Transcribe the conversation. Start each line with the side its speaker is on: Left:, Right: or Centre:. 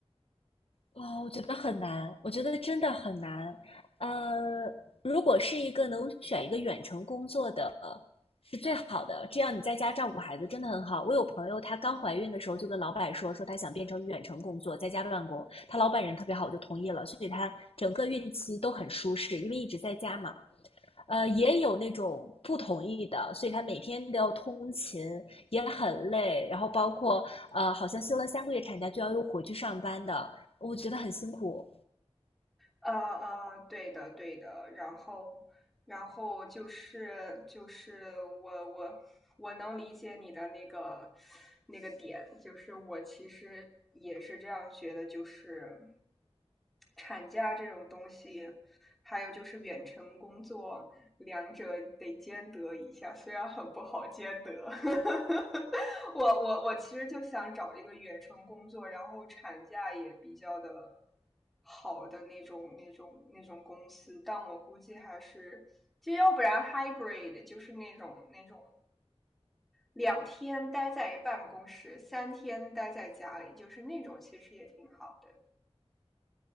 Left: 哦，我觉得很难，我觉得真的很难。呃，如果是一个能选一个远程工作的，是最好的。这样你在家照顾孩子真的很好。我有朋友，她刚怀孕的时候就跟老板说，说她想变成远程工作，在家办公。她老板人特别好，就同意了，所以她整个孕期都很舒适，因为一直在家嘛。呃，也有那种不同意的，所以他每天都要通勤，也很累。然后包括呃，好像休了三个月产假就要又回去上班的，我觉得很辛苦。
Centre: 呃呃，对的对的，然后然后就是就是我我我能理解你的那个那个点，就是我其实也是这样觉得，就是产假这种东西，还有就是远程工作，两者得兼得一下，虽然很不好兼得。<laughs> 我我我其实就想找一个远程工作，然后产假也比较的好的那种那种那种公司，但我估计还是，就要不然 hybrid 就是那种那种两天待在办公室，三天待在家里，就是那种其实也挺好的